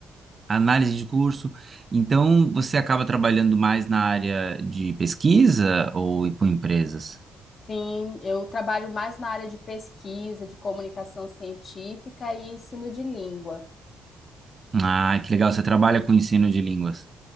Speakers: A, on the right (about 35°); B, on the left (about 45°).
A: Análise de curso. Então, você acaba trabalhando mais na área de pesquisa ou com empresas?
B: Sim, eu trabalho mais na área de pesquisa, de comunicação científica e ensino de língua.
A: Ah, que legal, você trabalha com ensino de línguas.